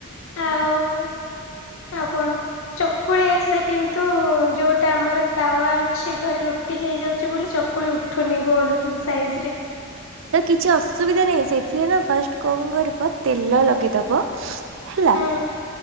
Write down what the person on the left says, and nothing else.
ଆଉ ଆଉ କଣ? ଚକୁଳି ଆସେ କିନ୍ତୁ ଯୋଉଟା ଆମର ତାୱା ଅଛି ଘରେ ରୁଟି ରୁଟି ହେଇଯାଉଛି ବୋଲି ଚକୁଳି ଉଠୁନି ଗୋଲ ସାଇଜ ରେ।
ହୁଁ